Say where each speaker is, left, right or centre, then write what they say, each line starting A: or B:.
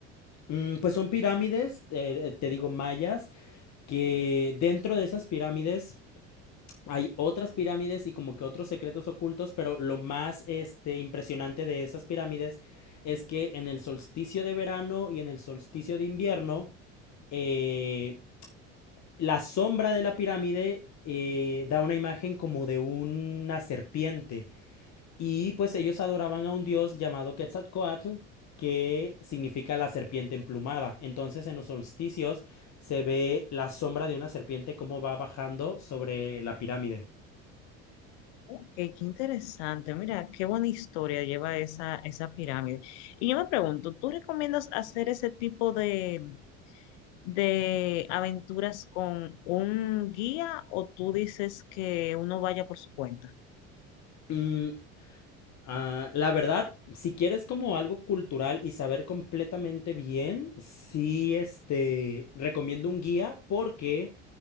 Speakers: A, on the left; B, on the left.
A: Mm, pues son pirámides, eh, te digo mayas, que dentro de esas pirámides hay otras pirámides y como que otros secretos ocultos, pero lo más este, impresionante de esas pirámides es que en el solsticio de verano y en el solsticio de invierno, eh, La sombra de la pirámide eh, da una imagen como de una serpiente. Y pues ellos adoraban a un dios llamado Quetzalcoatl, que significa la serpiente emplumada. Entonces en los solsticios se ve la sombra de una serpiente como va bajando sobre la pirámide.
B: Ok, qué interesante. Mira, qué buena historia lleva esa, esa pirámide. Y yo me pregunto, ¿tú recomiendas hacer ese tipo de, de aventuras con un guía o tú dices que uno vaya por su cuenta?
A: Mm, ah, la verdad, si quieres como algo cultural y saber completamente bien, sí, este, recomiendo un guía porque